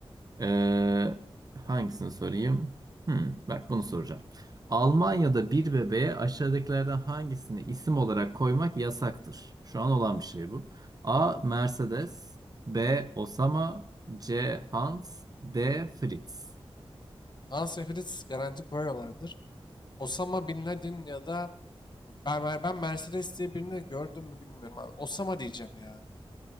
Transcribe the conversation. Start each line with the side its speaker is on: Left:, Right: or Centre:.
Right: Ee, hangisini sorayım? Hmm, bak bunu soracağım. Almanya'da bir bebeğe aşağıdakilerden hangisini isim olarak koymak yasaktır? Şu an olan bir şey bu. A. Mercedes B. Osama C. Hans D. Fritz
Left: Ansefrit garanti koyuyorlardır. Osama Bin Laden ya da ben, ben Mercedes diye birini gördüm mü bilmiyorum abi. Osama diyeceğim ya.